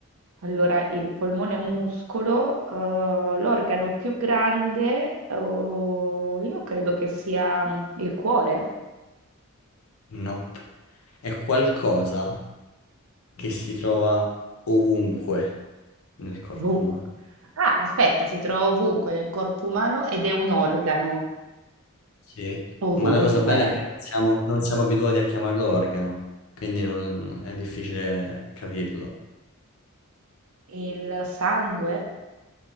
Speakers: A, on the right; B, on the left.
A: allora, il polmone è un muscolo, eh, l'organo più grande, oh, io credo che sia mm, il cuore.
B: Nope. È qualcosa che si trova ovunque nel corpo
A: Vum.
B: umano.
A: Ah, aspetta, si trova ovunque nel corpo umano ed è un organo.
B: Sì.
A: Ovunque.
B: Ma la cosa bella è che non siamo, non siamo abituati a chiamarlo organo, quindi non- è difficile capirlo.
A: Il sangue?